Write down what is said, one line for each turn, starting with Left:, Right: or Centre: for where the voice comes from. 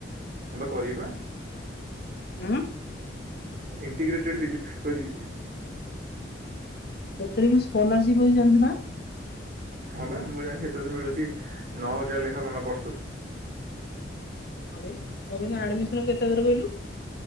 Right: ହ ବା କରିବି ପା।
Left: ଉହୁଁ।
Right: ଇଣ୍ଟିଗ୍ରେଟେଡ ପିଜି କରିବି।
Left: ସେଥିରେ ବି ସ୍କଲାରସିପ ଅଛି ଜାଣିଛୁ ନା।
Right: ହଁ ବା ମୁଁ ଜାଣିଛି ସେତେ ତ ମିଳୁଛି ନଅ ହଜାର ଲେଖାଏ ନହେଲେ ବର୍ଷକୁ
Left: <unintelligible> ଆଡମିସନ କେତେ ହଜାରେ କହିଲୁ?